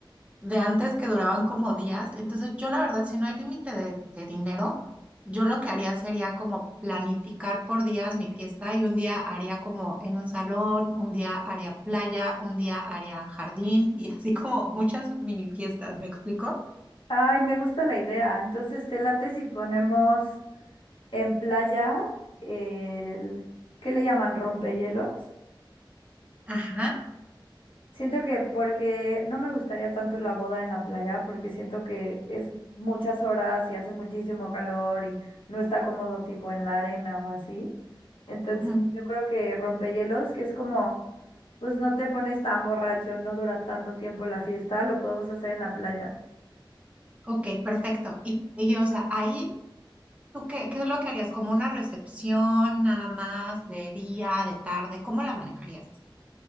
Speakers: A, on the right; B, on the left.
A: de antes que duraban como días. Entonces, yo la verdad, si no hay límite de, de dinero, yo lo que haría sería como planificar por días mi fiesta y un día haría como en un salón, un día haría playa, un día haría jardín y <laughs> así como muchas mini fiestas, ¿me explico?
B: Ay, me gusta la idea. Entonces, ¿te late si ponemos en playa el, ¿qué le llaman? ¿Rompehielos?
A: Ajá.
B: Siento que porque no me gustaría tanto la boda en la playa, porque siento que es muchas horas y hace muchísimo calor y no está cómodo tipo en la arena o así. Entonces
A: ujú.
B: yo creo que rompehielos, que es como, pues no te pones tan borracho, no dura tanto tiempo la fiesta, lo podemos hacer en la playa.
A: Ok, perfecto. Y, y o sea, ahí, ¿tú qué, qué es lo que harías? ¿Como una recepción nada más de día, de tarde? ¿Cómo la manejarías?